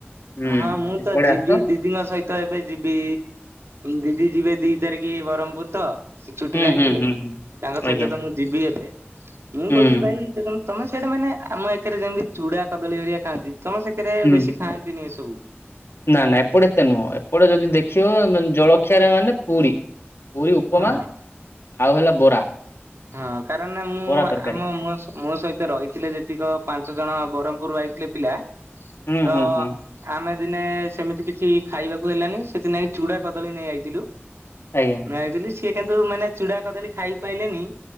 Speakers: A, on the left; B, on the right.
A: ହୁଁ
B: ହଁ ମୁଁ
A: ଏପଟେ
B: ତ ଯିବି
A: ଆସ
B: ଦି ଦିଦିଙ୍କ ସହିତ ଏବେ ଯିବି ଦିଦି ଯିବେ ଦି ତାରିଖ ବ୍ରହ୍ମପୁର ତ, ସେ ଛୁଟିରେ
A: ହୁଁ
B: ଆଇଥିଲେ
A: ହୁଁ ହୁଁ ହୁଁ।
B: ତାଙ୍କ ସହିତ
A: ଆଜ୍ଞା
B: ତ ମୁଁ ଯିବି ଏବେ ମୁଁ
A: ହୁଁ
B: କହୁଥିଲି ଭାଇ ତମେ ସିଆଡେ ମାନେ ଆମ ଏକରେ ଯେମିତି ଚୁଡା କଦଳୀ ଘରିଆ ଖାଆନ୍ତି ତମେ ସେକରେ
A: ହୁଁ।
B: ବେଶୀ ଖଆନ୍ତିନି ଏ ସବୁ।
A: ନା ନା ଏପଟେ ଏତେ ନୁହଁ ଏପଟେ ଯଦି ଦେଖିବ ଜଳଖିଆରେ ମାନେ ପୁରୀ। ପୁରି ଉପମା
B: ହଁ।
A: ଆଉ ହେଲା ବରା
B: ହଁ କାରଣ ନା ମୁଁ
A: ବରା ତରକାରୀ
B: ଆମ ମୋ ମୋ ସ ସହିତ ତ ରହିଥିଲେ ଯେତିକ ପାଞ୍ଚ ଜଣ ବ୍ରହ୍ମପୁର ଆଇଥିଲେ ପିଲା
A: ହୁଁ
B: ତ
A: ହୁଁ ହୁଁ
B: ଆମେ ଦିନେ ସେମିତି କିଛି ଖାଇବାକୁ ହେଲାନି ସେଦିନ ଚୁଡା କଦଳୀ ନେଇ ଆଇଥିଲୁ।
A: ଆଜ୍ଞା।
B: ଯାଇଥିଲି ସିଏ କିନ୍ତୁ ମାନେ ଚୁଡା କଦଳୀ ଖାଇପାଇଲେନି